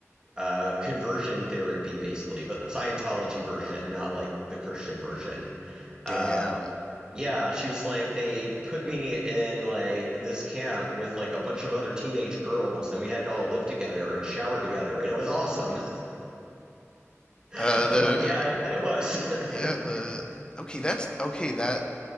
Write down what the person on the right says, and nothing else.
uh, conversion therapy, basically, but the Scientology version, not like the Christian version. Uh,
yeah, she was like, they put me in like this camp with like a bunch of other teenage girls, and we had to all live together and shower together, and it was awesome. <laughs> I'm
like, yeah, I bet it was. <laughs>